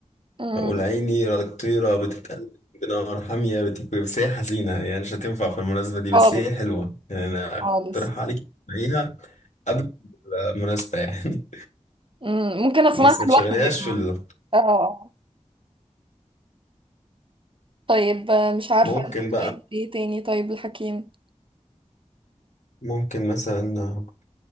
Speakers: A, on the right; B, on the left.
A: مم.
B: بقول عيني الطيرة بتتقلب بنار حامية بتكوي بس هي حزينة يعني مش هتنفع في المناسبة دي
A: خالص
B: بس هي حلوة يعني أنا أقترح
A: خالص
B: عليك تسمعيها قبل المناسبة يعني
A: مم. ممكن اسمعها
B: <laughs> بس ما تشغليهاش
A: لوحدي
B: في ال...
A: اه طيب آه، مش عارفة
B: ممكن
A: انت
B: بقى
A: طيب ايه تاني طيب الحكيم
B: ممكن مثلا